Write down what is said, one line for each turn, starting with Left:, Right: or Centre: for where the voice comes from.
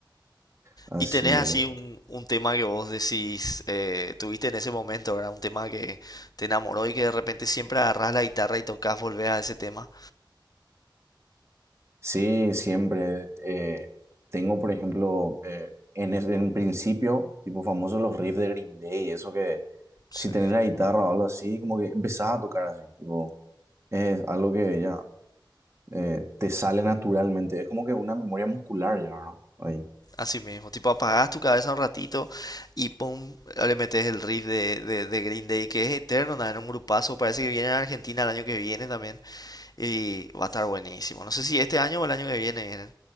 Right: así
Left: Y tenés así
Right: es.
Left: un, un tema que vos decís, eh, tuviste en ese momento, ¿verdad? Un tema que te enamoró y que de repente siempre agarrás la guitarra y tocas, volvés a ese tema.
Right: Sí, siempre. eh, tengo, por ejemplo, eh, en, es- en principio, tipo famoso, los riffs de Green Day, eso que
Left: Sí.
Right: si tenés la guitarra o algo así, como que empezás a tocar así, tipo, es algo que ya. eh, te sale naturalmente. Es como que una memoria muscular ya, ¿no? Ahí.
Left: Así mismo, tipo apagás tu cabeza un ratito y pum, le metes el riff de, de, de Green Day que es eterno, nada, en un grupazo, parece que viene a Argentina el año que viene también y va a estar buenísimo. No sé si este año o el año que viene